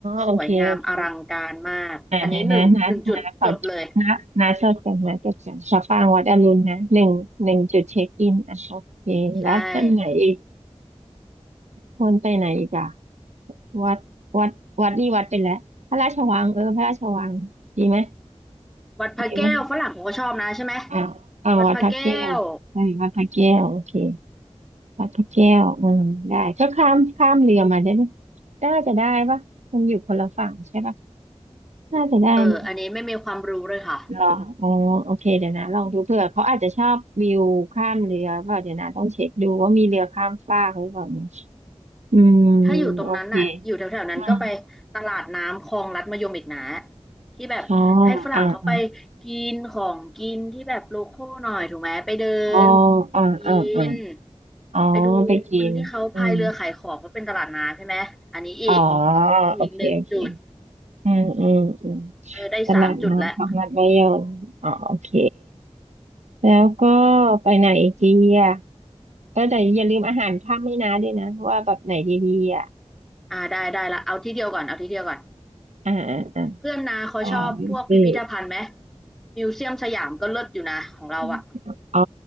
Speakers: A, on the right; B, in the centre.
A: โอเคโอเค
B: สวยงามอลังการมากอันนี้หนึ่งหนึ่งจุดจดเลย
A: อ่าเดี๋ยวนะนะนะขอนะนะจดกันนะจดกันสะปางวัดอรุณนะหนึ่งหนึ่งจุดเช็คอินอ่ะโอเคแล้วต้นไหนอีก
B: ใช่
A: คนไปไหนอีกอ่ะวัดวัดวัดนี่วัดไปแล้วพระราชวังเออพระราชวังดีไหม
B: วัดพระแก้วฝรั่งผมก็ชอบนะใช่ไหม
A: ดีไหมอ่าอ่าวัดพระแก้วใช่วัดพระแก้วโอเค
B: วัดพระแก้ว
A: วัดพรแก้วอืมได้ก็ข้ามข้ามเรือมาได้ไหมน่าจะได้ปะมันอยู่คนละฝั่งใช่ปะน่าจะได้ไหม
B: เอออันนี้ไม่มีความรู้เลยค่ะ
A: เหรออ๋อโอเคเดี๋ยวนะลองดูเผื่อเขาอาจจะชอบวิวข้ามเรือเปล่าเดี๋ยวนะต้องเช็คดูว่ามีเรือข้ามฟากหรือเปล่าเนี่ยอืม
B: ถ้าอยู่ตรงนั้นน่ะอยู่แถวๆนั้นก็ไป
A: โอเคอืม
B: ตลาดน้ำคลองลัดมะยมอีกนะที่แบบให้ฝรั่งเขาไป
A: อ๋ออ่าอ่า
B: กินของกินที่แบบโลคอลหน่อยถูกไหมไปเดิน
A: อ๋ออ่าอ่าอ่า
B: กิน
A: อ๋อไปกินอืม
B: ไปดูคนที่เขาพายเรือขายของเพราะเป็นตลาดน้ำใช่ไหมอันนี้อีก
A: อ๋อ
B: อีกหนึ่งจุด
A: โอเคโอเคอืมอืมอืม
B: เออได้สามจุดแล้ว
A: ตลาดน้ำของมัดระยองอ๋อโอเค แล้วก็ไปไหนอีกดีอ่ะก็แต่อย่าลืมอาหารค่ำให้นะด้วยนะว่าแบบไหนดีๆอ่ะ
B: อ่าได้ได้ละเอาที่เดียวก่อนเอาที่เดียวก่อน
A: อ่าอ่าอ่า
B: เพื่อนนาเขาชอบพวกพิพิธภัณฑ์ไหม
A: อ่ามสีย
B: มิวเซียมสยามก็เลิศอยู่นะของเราอ่ะ
A: มอ๋อ